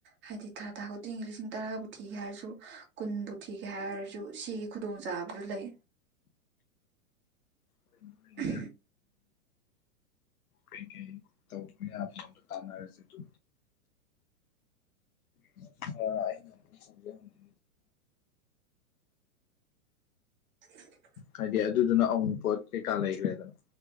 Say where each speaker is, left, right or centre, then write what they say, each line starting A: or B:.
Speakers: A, on the right; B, on the left.
A: ꯍꯥꯏꯗꯤ ꯊꯥ ꯊꯥ ꯈꯨꯗꯤꯒꯤ ꯂꯤꯁꯤꯡ ꯇꯔꯥꯕꯨ ꯊꯤꯒꯦ ꯍꯥꯏꯔꯁꯨ ꯀꯨꯟꯕꯨ ꯊꯤꯒꯦ ꯍꯥꯏꯔꯁꯨ ꯁꯤ ꯈꯨꯗꯣꯡꯆꯥꯥꯕꯗꯨ ꯂꯩ
B: ꯍꯣꯏꯅꯦ
A: <unintelligible>
B: ꯀꯩꯒꯤ꯫ ꯇꯧꯕ ꯌꯥꯕꯉꯣꯟꯗ ꯇꯥꯟꯅꯔꯁꯦ ꯑꯗꯨ꯫ <unintelligible>
A: <unintelligible>
B: ꯍꯥꯏꯗꯤ ꯑꯗꯨ ꯑꯗꯨꯅ ꯑꯎꯟꯄꯣꯠ ꯀꯩꯀꯥ ꯂꯩꯈ꯭ꯔꯦꯗꯅ꯫